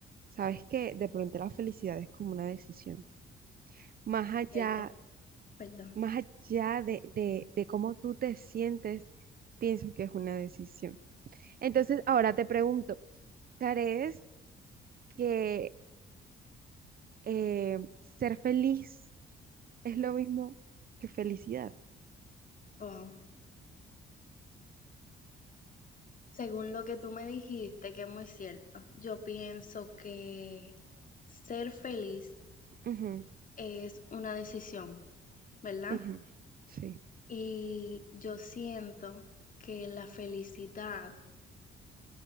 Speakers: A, on the right; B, on the left.
A: ¿sabes qué? De pronto la felicidad es como una decisión. Más allá,
B: Cierto, perdón.
A: más allá de, de, de cómo tú te sientes, pienso que es una decisión. Entonces, ahora te pregunto, ¿crees que eh, ser feliz es lo mismo que felicidad.
B: Wow. Según lo que tú me dijiste, que es muy cierto, yo pienso que ser feliz
A: Ujú,
B: es una decisión, ¿verdad?
A: ujú, Sí,
B: Y yo siento que la felicidad,